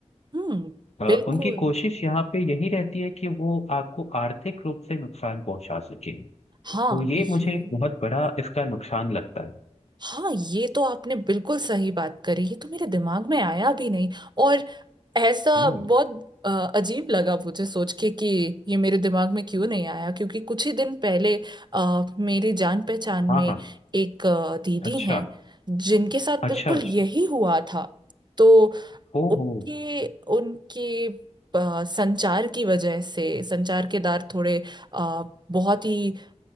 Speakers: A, on the right; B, on the left.
A: हम्म,
B: अ,
A: बिल्कुल
B: उनकी कोशिश यहाँ पे यही रहती है कि वो आपको आर्थिक रूप से नुकसान पहुंचा सके तो
A: हाँ
B: ये
A: ये
B: मुझे एक बहुत बड़ा इसका नुकसान लगता है
A: हाँ ये तो आपने बिल्कुल सही बात करी ये तो मेरे दिमाग में आया भी नहीं और ऐसा
B: हम्म
A: बहुत अ, अजीब लगा मुझे सोच के कि ये मेरे दिमाग में क्यों नहीं आया क्योंकि कुछ ही दिन पहले आ, मेरे जान पहचान
B: हाँ
A: में
B: हाँ
A: एक अ, दीदी
B: अच्छा
A: हैं जिनके साथ
B: अच्छा
A: बिल्कुल
B: अच्छा
A: यही हुआ था तो
B: ओहो
A: उनके उनके अ, संचार की वजह से संचार के दार थोड़े अ, बहुत ही